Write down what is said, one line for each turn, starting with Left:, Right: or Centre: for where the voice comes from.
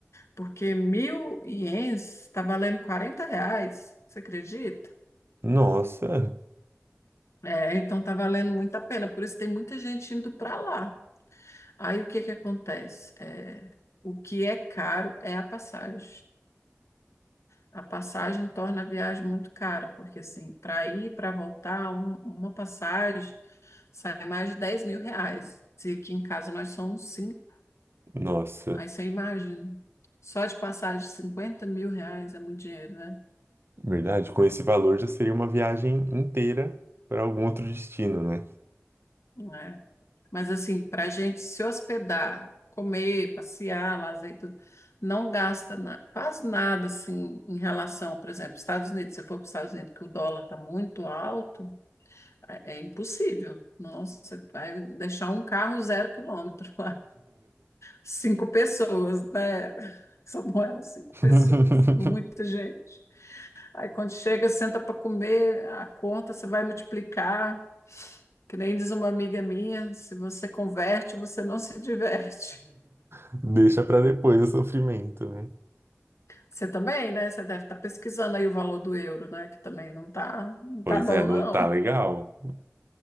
Left: porque mil ienes está valendo 40 reais, você acredita?
Right: Nossa,
Left: É, então tá valendo muito a pena, por isso tem muita gente indo para lá. Aí o que que acontece? É, o que é caro é a passagem. A passagem torna a viagem muito cara, porque assim, para ir e para voltar, um- uma passagem Sai mais de dez mil reais. E aqui em casa nós somos cinco.
Right: nossa,
Left: Aí você imagina. Só de passagem, de cinquenta mil reais é muito dinheiro, né?
Right: verdade. Com esse valor já seria uma viagem inteira para algum outro destino, né?
Left: É. Mas assim, para a gente se hospedar, comer, passear, lazer e tudo, não gasta na- quase nada assim em relação, por exemplo, Estados Unidos. Se você for para os Estados Unidos, que o dólar está muito alto, é, é impossível. Nossa, você vai deixar um carro zero quilômetro. Cinco pessoas, né? <laughs> Só moram cinco
Right: <laughs>
Left: pessoas, é muita gente. Aí quando chega, senta para comer, a conta você vai multiplicar. Que nem diz uma amiga minha, se você converte, você não se <laughs> diverte.
Right: Deixa para depois o sofrimento, né?
Left: Você também, né? Você deve estar pesquisando aí o valor do euro, né? Que também não tá, não
Right: Pois
Left: tá bom,
Right: é, não
Left: não.
Right: tá legal.